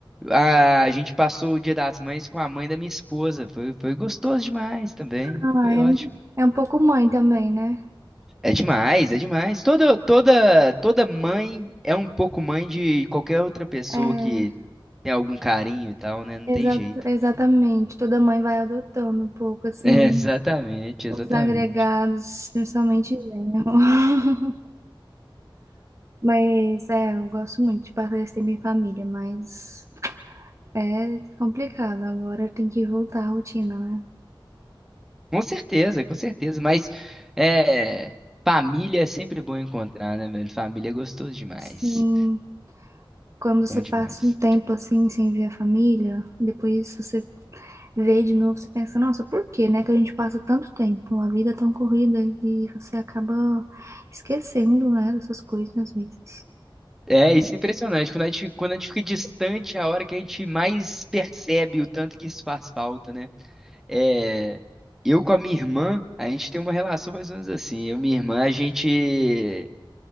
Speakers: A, in the centre; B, on the right.
A: a, a gente passou o Dia das Mães com a mãe da minha esposa. Foi, foi gostoso demais também.
B: ah,
A: Foi
B: é,
A: ótimo.
B: um- é um pouco mãe também, né?
A: É demais, é demais. Toda, toda, toda mãe é um pouco mãe de qualquer outra pessoa
B: É,
A: que tem algum carinho e tal, né? Não
B: exa-
A: tem jeito.
B: exatamente. Toda mãe vai adotando um pouco,
A: <laughs>
B: assim,
A: É, exatamente, exatamente.
B: os agregados, principalmente genro. <laughs> Mas, é, eu gosto muito de passar esse tempo em família, mas é complicado. Agora tem que voltar à rotina, né?
A: Com certeza, com certeza. Mas é, família é sempre bom encontrar, né, velho? Família é gostoso demais.
B: Sim, quando
A: Bom
B: você
A: demais.
B: passa um tempo, assim, sem ver a família, depois você ver de novo, você pensa, nossa, por que, né, que a gente passa tanto tempo, a vida é tão corrida e você acaba esquecendo, né, dessas coisas às vezes.
A: É, isso é impressionante. Quando a gente, quando a gente fica distante, é a hora que a gente mais percebe o tanto que isso faz falta, né? É, eu com a minha irmã, a gente tem uma relação mais ou menos assim. Eu e minha irmã, a gente